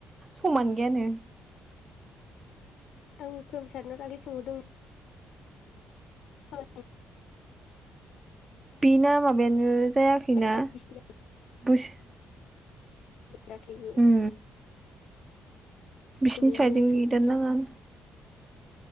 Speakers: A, on the right; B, on the left.
A: समानो गैयानो।
B: औ खोरोमसारनाव दाख्लै सोंहरदोंमोन। औ
A: बेना माबायानो जायाखैना
B: आरो बिसिना
A: बोसो
B: दाख्लैयो
A: उम बिसिनि
B: मोनियाव
A: साइडजों
B: संख्रि
A: नेदानो नांङा।